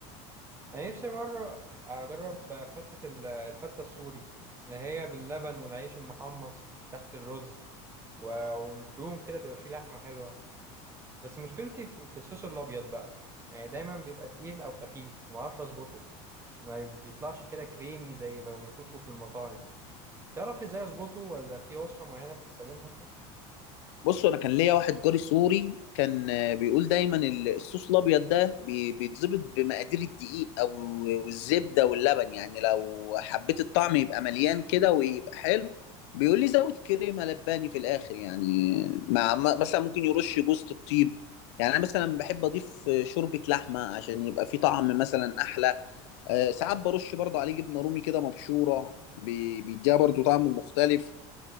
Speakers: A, on the right; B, on the left.
A: انا نفسي بره اجرب فتة ال- الفتة السوري اللي هي باللبن والعيش المحمص تحت الرز و- والفيوم كده بيبقى فيه لحمة حلوة بس مشكلتي في في الصوص الابيض بقى يعني دايما بيبقى تقيل او خفيف ما اعرفش اظبطه ما بيطلعش كده كريمي زي ما بنشوفه في المطاعم تعرف ازاي اظبطه ولا في وصفة معينة بتستخدمها انت
B: بص أنا كان ليا واحد جاري سوري كان آه، بيقول دايما ال- الصوص الأبيض ده بي- بيتظبط بمقادير الدقيق أو والزبدة واللبن يعني لو حبيت الطعم يبقى مليان كده ويبقى حلو بيقول لي زود كريمة لباني في الآخر يعني مع م- مثلا ممكن يرش جوزة الطيب يعني أنا مثلا بحب أضيف شوربة لحمة عشان يبقى فيه طعم مثلا أحلى آه، ساعات برش برضه عليه جبنه رومي كده مبشوره بي- بيديها برضه طعم مختلف